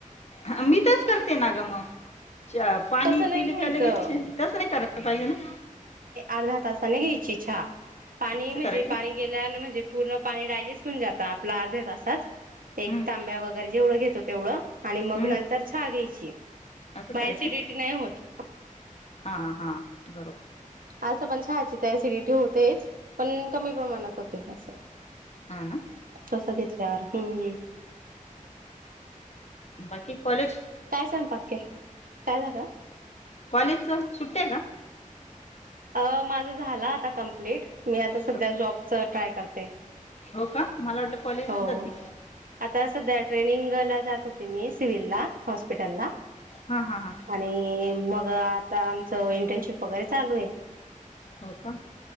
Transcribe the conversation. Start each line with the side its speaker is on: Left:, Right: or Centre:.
Left: ह मी तरच करते ना ग म चहा.... पाणी
Right: तसं नाही
Left: पिलं
Right: घ्यायचं
Left: क लगेचे तसं नाही करायला पाहिजे ना...
Right: अर्धा तासाने घ्यायची चहा पाणी
Left: असं
Right: म्हणजे
Left: करायचं
Right: पाणी गेल्यान म्हणजे पूर्ण पाणी डायजेस्ट होऊन जातं आपल्या अर्ध्या तासात.... एक
Left: हम्म
Right: तांब्या वगैरे जेवढं घेतो तेवढं आणि मग
Left: हम्म
Right: नंतर चहा घ्यायची..
Left: असं
Right: मग
Left: करायचं...
Right: ऍसिडिटी नाही होत...
Left: हा हा बरोबर...
Right: असं पण चहाची तर ऍसिडिटी होतेच पण कमी प्रमाणात होते असं...
Left: हा ना...
Right: तसं घेतल्यावर हम्म...
Left: बाकी कॉलेज...
Right: काय स्वयंपाक केला काय झालं...
Left: कॉलेज च सुट्ट्या आहे का?
Right: अ माझं झालं आता कंप्लीट मी आता सध्या
Left: का क-
Right: जॉबच ट्राय करते....
Left: हो का मला वाटलं कॉलेजच
Right: हो
Left: जाते...
Right: आता सध्या ट्रेनिंगला जात होती मी सिव्हलला हॉस्पिटलला...
Left: हां हां हां
Right: आणि मग आता आमचं इंटर्नशिप वगैरे चालू आहे...
Left: हो का...